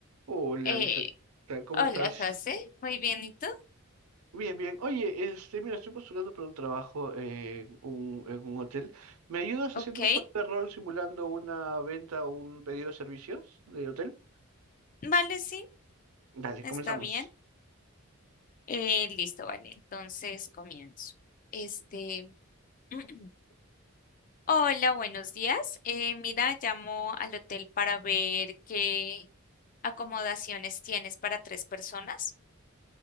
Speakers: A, on the right; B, on the left.
A: Hola,
B: Eh,
A: mis- ta- ¿cómo
B: hola,
A: estás?
B: José. Muy bien, ¿y tú?
A: Bien, bien. Oye, este, mira, estoy postulando para un trabajo en un, en un hotel. ¿Me ayudas
B: Ok.
A: haciendo un juego de rol simulando una venta o un pedido de servicios de hotel?
B: Vale, sí,
A: Dale,
B: está
A: comenzamos.
B: bien. Eh, listo, vale. Entonces comienzo. Este. <clears throat> Hola, buenos días. Eh, mira, llamo al hotel para ver qué acomodaciones tienes para tres personas.